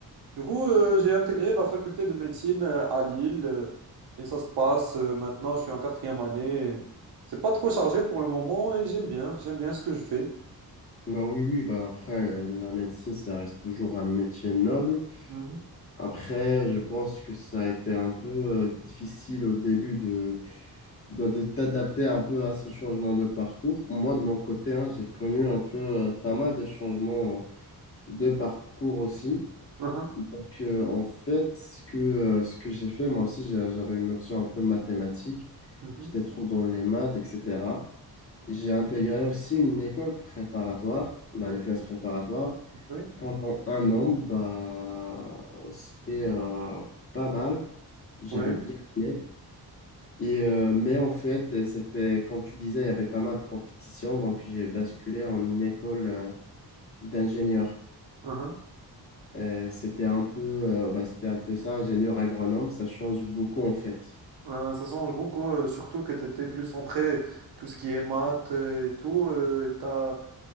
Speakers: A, on the right; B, on the left.
A: Du coup, euh, j'ai intégré la faculté de médecine euh, à Lille euh, et ça se passe euh, maintenant, je suis en quatrième année. C'est pas trop chargé pour le moment et j'aime bien, j'aime bien ce que je fais.
B: Bah oui, oui, bah après, euh, la médecine, ça reste toujours un métier noble.
A: Mhm,
B: Après, je pense que ça a été un peu euh, difficile au début de, de, de t'adapter un peu à ce changement de parcours. Moi, de mon côté, hein, j'ai connu un peu euh, pas mal de changements euh, de parcours aussi.
A: mhm,
B: Donc, euh, en fait, ce que, euh, ce que j'ai fait, moi aussi, j'ai- j'avais une option un peu mathématique.
A: mhm,
B: J'étais trop dans les maths, etc. J'ai intégré aussi une école préparatoire, bah,
A: mhm.
B: des classes préparatoires.
A: Oui,
B: Pendant un an, bah, c'était euh, pas mal. J'avais
A: oui.
B: bien aimé. Et, euh, mais en fait, c'était, comme tu disais, il y avait pas mal de compétitions. Donc, j'ai basculé en une école euh, d'ingénieur.
A: mhm.
B: Euh, C'était un peu, euh, bah, c'était un peu ça, ingénieur agronome. Ça change beaucoup, en fait.
A: Euh, ça change beaucoup, euh, surtout que tu étais plus centré tout ce qui est maths euh, et tout. euh, et t'as-